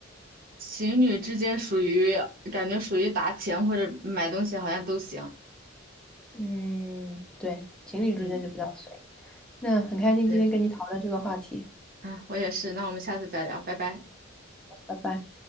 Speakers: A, on the right; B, in the centre.
A: 情侣之间属于感觉属于打钱或者买东西好像都行。
B: 嗯，对，情侣之间就比较随意。
A: 嗯，
B: 那很开心今天跟你讨论这个话题，
A: 对，啊，我也是，那我们下次再聊，拜拜。
B: 拜拜。